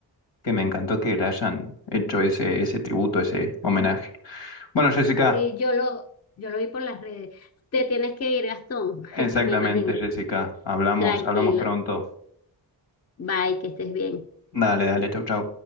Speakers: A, on the left; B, on the left.
A: que me encantó que le hayan hecho ese, ese tributo, ese homenaje. Bueno, Jessica,
B: sí, yo lo, yo lo vi por las redes. Te tienes que ir, Gastón, <laughs>
A: exactamente,
B: me imagino.
A: Jessica. Hablamos,
B: Tranquilo,
A: hablamos pronto.
B: bye, que estés bien.
A: Dale, dale, chau, chau.